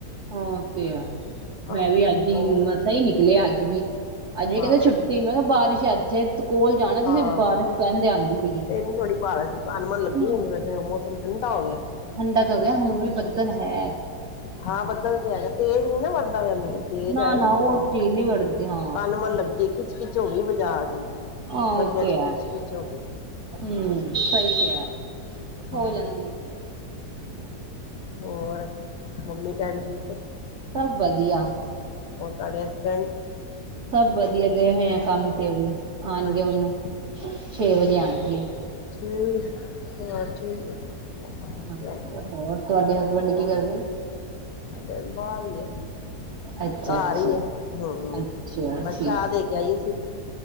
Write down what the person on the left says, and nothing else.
ਹਾਂ
ਉਹ
ਹਾਂ
ਹਾਂ
ਇਹਨੂੰ ਥੋੜ੍ਹੀ ਭਾਰ ਸੀ ਕਨਮਨ ਲੱਗੀ
ਹੁੰਦੀ ਵੈਸੇ ਮੌਸਮ ਠੰਡਾ ਹੋ ਗਿਆ।
ਹਾਂ ਬਦਲ ਤੇ ਹੈਗਾ। ਤੇਜ਼ ਨੀ ਨਾ ਵਰਦਾ ਮੀਹ ਤੇਜ
ਆਏ
ਨ ਇਕਦਮ
ਕੱਲ ਮਨ ਲੱਗੇ ਕਿ ਖਿੱਚ ਖਿੱਚ ਹੋ ਗਈ ਬਾਜ਼ਾਰ ਚ ਵੀ
ਗਲੀਆਂ
ਚ
ਖਿੱਚ ਖਿੱਚ ਹੋ ਗਈ।
ਹਾਂ
ਹੋਰ ਮੰਮੀ ਡੈਡੀ ਠੀਕ?
ਔਰ ਤੁਹਾਡੇ ਹਸਬੈਂਡ
ਅੱਛਾ
ਠੀਕ ਹਾਂ ਠੀਕ ਹਾਂ
ਤੇ ਆਈਏ
ਹੋਰ
ਸਾਡੇ ਬਾਹਰਏ
ਘਰ
ਹੀ ਹੈਹਾ
ਮੈ
ਚਾਹ ਦੇ ਕੇ ਆਈ ਸੀ।